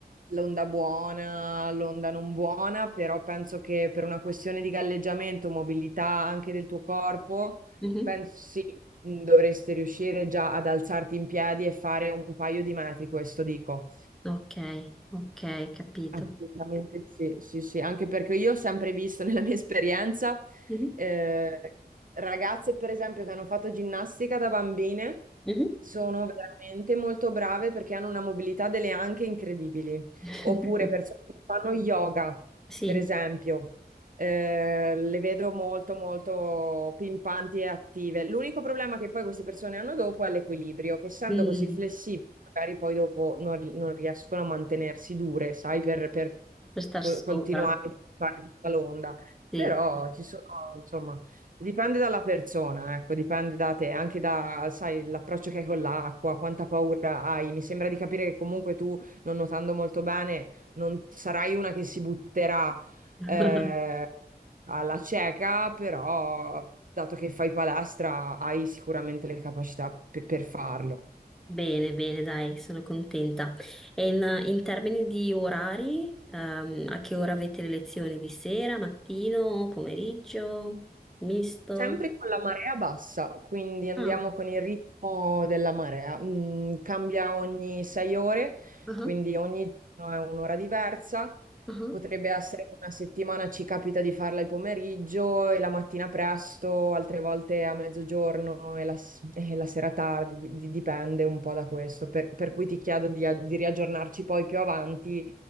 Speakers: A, on the right (about 55°); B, in the centre.
A: l'onda buona, l'onda non buona, però penso che per una questione di galleggiamento, mobilità anche del tuo corpo,
B: Mhm.
A: penso sì, mm, dovresti riuscire già ad alzarti in piedi e fare un paio di metri, questo dico.
B: Ok, ok, capito.
A: Assolutamente sì, sì, sì, anche perché io ho sempre visto nella mia esperienza
B: Mhm,
A: eh, ragazze, per esempio, che hanno fatto ginnastica da bambine,
B: mhm.
A: sono veramente molto brave perché hanno una mobilità delle anche incredibili.
B: <laughs>
A: Oppure persone che fanno yoga,
B: Sì,
A: per esempio. Eh, le vedo molto, molto pimpanti e attive. L'unico problema che poi queste persone hanno dopo è l'equilibrio, che essendo
B: Mm,
A: così flessibili, magari poi dopo non, ri- non riescono a mantenersi dure, sai, per, per
B: per star
A: co-
B: sopra.
A: continuare a fare tutta l'onda.
B: Sì.
A: Però ci sono, insomma, dipende dalla persona, ecco, dipende da te, anche da, sai, l'approccio che hai con l'acqua, quanta paura hai. Mi sembra di capire che comunque tu, non nuotando molto bene, non sarai una che si butterà
B: <laughs>
A: eh, alla cieca, però dato che fai palestra hai sicuramente le capacità pe- per farlo.
B: Bene, bene, dai, sono contenta. E in, in termini di orari, ehm, a che ora avete le lezioni? Di sera, mattino, pomeriggio, misto?
A: Sempre con la marea bassa, quindi andiamo
B: Ah,
A: con il ritmo della marea. Mm, cambia ogni sei ore,
B: ah,
A: quindi ogni giorno è un'ora diversa.
B: ah.
A: Potrebbe essere che una settimana ci capita di farla il pomeriggio e la mattina presto, altre volte a mezzogiorno e la, s- e la sera tardi, di- di- dipende un po' da questo. Per, per cui ti chiedo di, a- di riaggiornarci poi più avanti